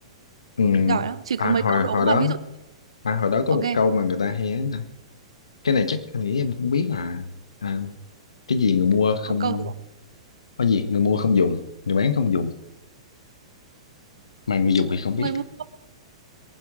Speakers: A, on the left (about 70°); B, on the right (about 70°).
A: ừ.
B: giỏi lắm chỉ
A: à
B: có mấy
A: hồi
B: câu
A: hồi
B: đố mà
A: đó
B: ví dụ
A: à hồi đó có
B: ok
A: một câu mà người ta hay ấy nè cái này chắc anh nghĩ em cũng biết à. à cái gì người mua không
B: câu, câu
A: có gì người mua không dùng người bán không dùng mà người dùng thì không biết
B: người mua